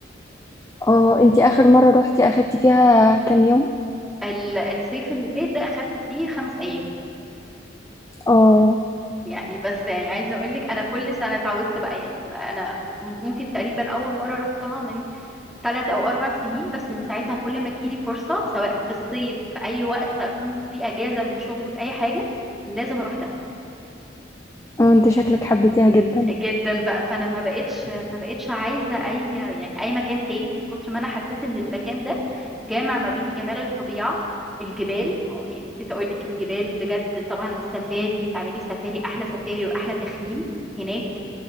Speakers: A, on the left (about 15°); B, in the centre.
A: اه انتي اخر مره روحتي اخدتي فيها كام يوم
B: ال- الصيف اللي فات ده اخدت فيه خمس ايام
A: اه
B: يعني بس يعني عايزه اقول لك انا كل سنه اتعودت بقى يعني انا ممكن تقريبا اول مره رحتها من ثلاث او اربع سنين بس من ساعتها كل ما تجيلي فرصه سواء في الصيف في اي وقت اكون في اجازه من شغلي في اي حاجه لازم اروح ده
A: اه انت شكلك حبيتيها جدا
B: جدا بقى فانا ما بقتش ما بقتش عايزه اي يعني اي مكان تاني من كتر ما انا حسيت ان المكان ده جامع ما بين جمال الطبيعه الجبال آه، يعني نسيت اقول لك الجبال بجد طبعا سفاري وتعملي سفاري احلى سفاري واحلى تخييم هناك